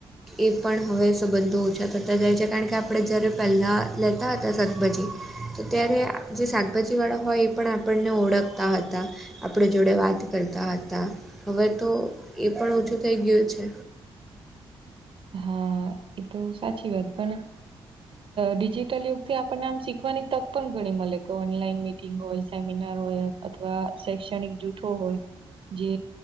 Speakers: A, in the centre; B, on the right.
A: એ પણ હવે સંબંધો ઓછા થતા જાય છે કારણ કે આપણે જ્યારે પહેલાં લેતા હતા શાકભાજી. તો ત્યારે જે શાકભાજી વાળા હોય એ પણ આપણને ઓળખતા હતા. આપણે જોડે વાત કરતા હતા હવે તો એ પણ ઓછું થઈ ગયું છે.
B: હા એ તો સાચી વાત પણ. ડિજિટલ યુગ થી આપણને આમ શીખવાની તક પણ ઘણી મળે કે ઓનલાઈન મી. હોય સેમિનાર હોય અથવા શૈક્ષણિક જૂથો હોય. જે